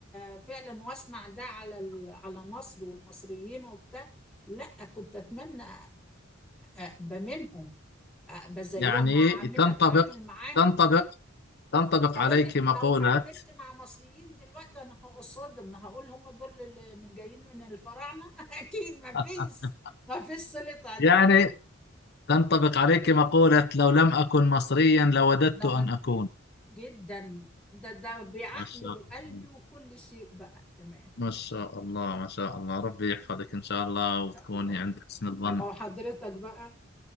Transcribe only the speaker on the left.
يعني
تنطبق
تنطبق تنطبق
عليك
مقولة
<laughs>
يعني تنطبق عليك مقولة لو لم أكن مصريا لوددت
أن أكون
ما شاء
الله
ما شاء الله ما شاء الله ربي يحفظك إن شاء الله وتكوني
عند حسن الظن